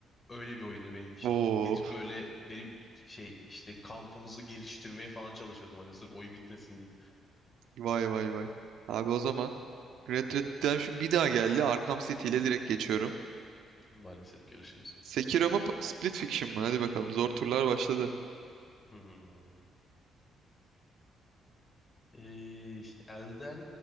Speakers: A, on the left; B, on the right.
A: Öyle bir oyundu benim için.
B: Oo.
A: Gidip böyle benim şey işte kampımızı geliştirmeye falan çalışıyordum. Hani sırf oyun bitmesin diye.
B: Vay vay vay. Abi o zaman Red Dead Redemption bir daha geldi. Arkham City ile direkt geçiyorum.
A: Maalesef görüşürüz.
B: Sekiro mu P- Split Fiction mı? Hadi bakalım. Zor turlar başladı.
A: Hmm. Ee, işte Elden,